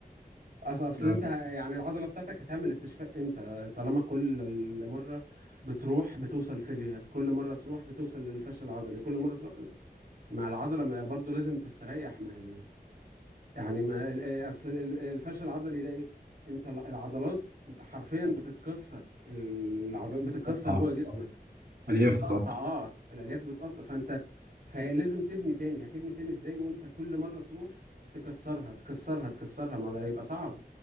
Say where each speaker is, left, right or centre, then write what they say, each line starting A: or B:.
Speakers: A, on the right; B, on the right.
A: اصل اصل
B: يعني
A: انت ه- يعني العضله بتاعتك هتعمل استشفاء امتى طالما كل مره بتروح بتوصل فيلير كل مره تروح بتوصل للفشل العضلي كل مره تروح مع العضله ما- برضو لازم تستريح ما هي يعني ما ال- آه، اصل ال- الفشل العضلي ده ايه انت ال- العضلات حرفيا بتتكسر العضلات بتتكسر
B: تقطع
A: جوه جسمك
B: الياف
A: بتتقطع
B: تتقطع
A: اه الالياف بتقطع فانت فهي لازم تبني تاني هتبني تاني ازاي ما انت كل مره تروح تكسرها تكسرها تكسرها ما ده هيبقى صعب